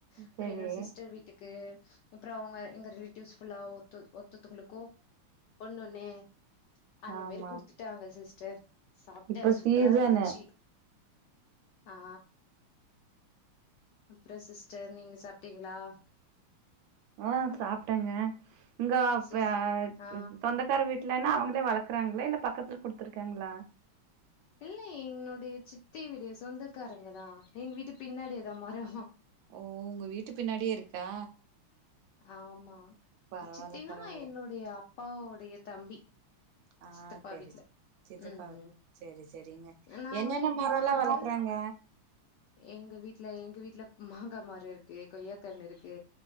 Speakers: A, on the left; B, on the right.
A: அப்புறோ
B: செரி
A: எங்க சிஸ்டர் வீட்டுக்கு க்கு அப்றோ அவுங்க எங்க ரிலேட்டிவ்ஸ் ஃபுல்லா ஒருத்த ஒத்தத்துகளுக்கு ஒன்னொன்னு அந்த
B: ஆமா
A: மாரி குடுத்துட்டாங்க சிஸ்டர் சாப்டேன்
B: இப்ப
A: சூப்பரா
B: சீசனு
A: இருந்துச்சி ஆ அப்றோ சிஸ்டர் நீங்க சாப்ட்டீங்ளா
B: ஆ சாப்டேங்க இங்க இப்ப
A: சிஸ் ஆ
B: சொந்த கார வீட்லனா அவங்களே வளக்கறாங்களா இல்ல பக்கத்துல குடுத்திருக்காங்களா
A: இல்ல என்னுடைய சித்தி வீடு சொந்தக்காரங்க தா எங்க வீட்டு பின்னாடிதா மரோ
B: ஓ உங்க வீட்டு பின்னாடியே இருக்கா
A: ஆமா
B: பரவால்ல
A: சித்தினா
B: பரவால்ல
A: என்னுடைய அப்பாவுடைய தம்பி
B: ஆ
A: சித்தப்பா
B: சேரி
A: வீட்ல
B: சேரி சித்தப்பா
A: ம் ம்
B: சேரி சேரிங்க
A: நாங்கல்லா
B: என்னென்ன
A: எப்டின்னா
B: மரம்லா
A: வந்து
B: வளக்கறாங்க
A: எங்க வீட்ல எங்க வீட்ல மாங்கா மரோ இருக்கு கொய்யாக்கன்னு இருக்கு